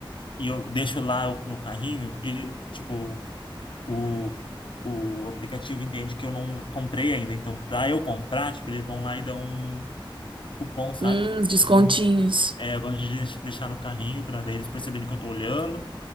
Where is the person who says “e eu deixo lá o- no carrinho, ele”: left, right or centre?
Left